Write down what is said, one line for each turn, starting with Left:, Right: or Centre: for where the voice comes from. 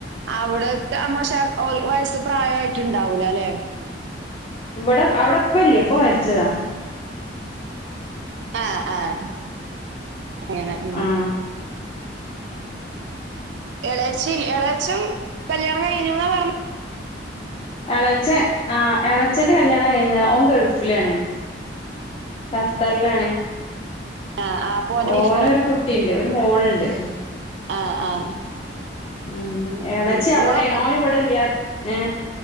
Right: അവ്ടെ റ്റെ അമ്മശ ഓൽ വയസ്സ് പ്രായയായിട്ട്ണ്ടാവൂല ലേ
Left: ഇവടെ അവ്ടെ പ്പല്ലേ പ്പ മരിച്ചതാ
Right: ആഹ് ആഹ് അങ്ങനെ ഉം
Left: ആ
Right: എളേച്ചിൽ എളാച്ചം കല്യാണം കഴിഞ്ഞുന്നാ പർ
Left: എളയച്ചൻ ആ എളയച്ചന്റെ കല്യാണം കഴിഞ്ഞതാ ഓൻ ഗൾഫിലാണ് ഖത്തറിലാണ്
Right: ആഹ് ആഹ് അപ്പൊ ഓന്റെ
Left: ഓന്
Right: വൈഫോ
Left: ഒരു കുട്ടിയുണ്ട് ഒരു മോളുണ്ട്
Right: ആഹ് ആഹ്
Left: ഉം ഇളച്ചി
Right: ഉം
Left: അവിടെയാണ്
Right: ഇങ്ങളൊക്കെ
Left: ഓൻ ഇവിടില്ല്യാ ഏ